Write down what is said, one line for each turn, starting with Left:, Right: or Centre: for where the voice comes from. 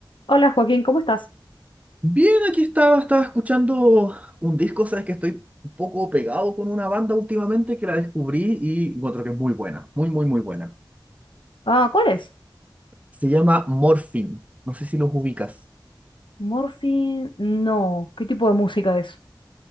Left: Hola Joaquín, ¿cómo estás?
Right: Bien, aquí estaba, estaba escuchando un disco, sabes que estoy un poco pegado con una banda últimamente que la descubrí y encuentro que es muy buena, muy, muy, muy buena.
Left: Ah, ¿cuál es?
Right: Se llama Morphine, no sé si los ubicas.
Left: Morphine, no. ¿Qué tipo de música es?